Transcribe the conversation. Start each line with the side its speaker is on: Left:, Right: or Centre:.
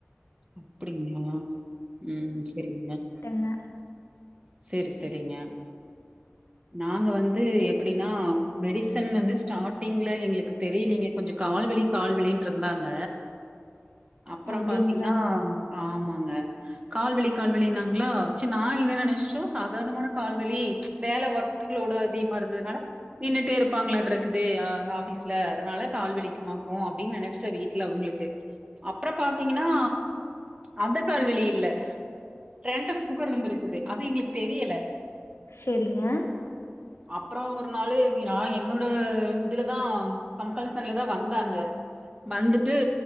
Right: அப்டிங்ளா ம் செரிங் மேம்
Left: ங்க
Right: செரி செரிங்க நாங்க வந்து எப்டினா மெடிசன் வந்து ஸ்டாட்டிங்ல எங்களுக் தெரிலீங்க கொஞ்ச கால்வலி கால்வலின்ட்ருந்தாங்க அப்பறம்
Left: அப்டிங்களா
Right: பாத்தீங்ன்னா ஆமாங்க கால்வலி கால்வலின்னாங்ளா சேர் நா என்ன நெனஸ்ட்டோ சாதாரணமான கால்வலி வேல ஒர்க்குலோடு அதிக்மா இருந்ததுனால நின்னுட்டே இருப்பாங்களாட்ருக்குது அ ஆஃபீஸ் ல அதனால கால்வலிக்குமாக்கு அப்டின் நெனஸ்ட்டே வீட்ல அவுங்ளுக்கு அப்றோ பாத் தீங்கன்னா அந்த கால்வலியில்ல ரேண்டம் சுகர் வந்துருக்குது அது எங்ளுக்கு தெரியல
Left: செரிங்க
Right: அப்றோ ஒரு நாளு இது நா என்னோட இதுலதா கம்பல்சன்லதா வந்தாங்க வந்துட்டு